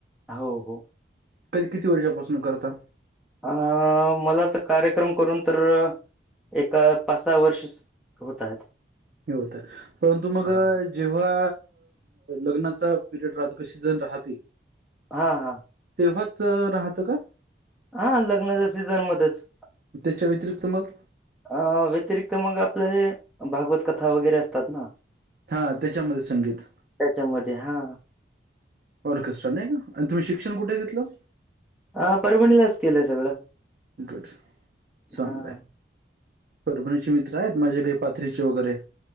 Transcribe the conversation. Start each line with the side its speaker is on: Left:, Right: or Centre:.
Centre: हो, हो.
Right: कधी किती वर्षापासून करता.
Centre: अ मला तर कार्यक्रम करून तर एका पाच सहा वर्ष होत आहेत.
Right: हे होत परंतु मग
Centre: हां.
Right: जेव्हा लग्नाचा पिरियड राहतो कशी जण राहते.
Centre: हा -हा.
Right: तेव्हाच राहतं का?
Centre: हा लग्नाच्या सीझन मध्येच
Right: त्याच्या व्यतिरिक्त मग
Centre: अ व्यतिरिक्त मग आपलं हे भागवत कथा वगैरे असतात ना.
Right: हा त्याच्यामध्ये संगीत
Centre: त्याच्यामध्ये हा.
Right: ओरके सर नाही का आणि तुम्ही शिक्षण कुठे घेतलं.
Centre: ह परभणीलाच केलंय सगळं.
Right: गुड चांगलंय.
Centre: हां.
Right: परभणीचे मित्र आहेत माझे काही पाथरीचे वगैरे